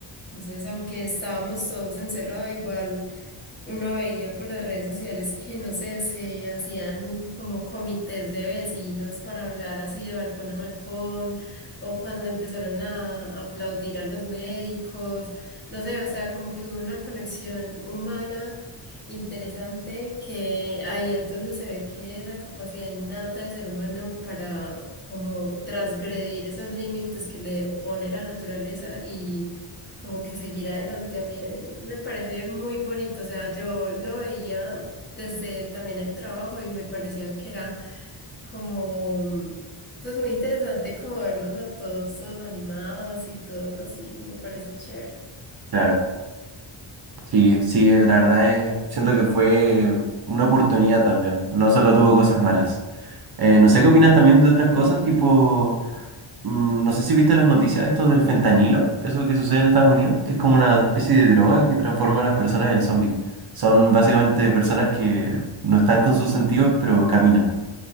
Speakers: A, on the left (about 20°); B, on the right (about 50°).
A: Entonces, aunque estábamos todos encerrados, igual Uno veía por las redes sociales que, no sé, se hacían como comités de vecinos para hablar así de balcón a balcón, o cuando empezaron a aplaudir a los médicos, no sé, o sea, como que hubo una conexión humana interesante que ahí es donde se ve que esa capacidad innata del ser humano para como transgredir esos límites que le opone la naturaleza como que seguir adelante. A mí eh, me parece muy bonito, o sea, yo lo veía desde también el trabajo y me parecía que era como, mm, pues muy interesante como verlos a todos, todos animados y todos así, me parece chévere.
B: Claro. Sí, sí, la verdad es, siento que fue una oportunidad también, no solo tuvo cosas malas. Eh, no sé qué opinas también de otras cosas, tipo, mm, no sé si viste las noticias, esto del fentanilo, eso que sucede en Estados Unidos, que es como una especie de droga que transforma a las personas en zombies. Son básicamente personas que no están con sus sentidos, pero caminan.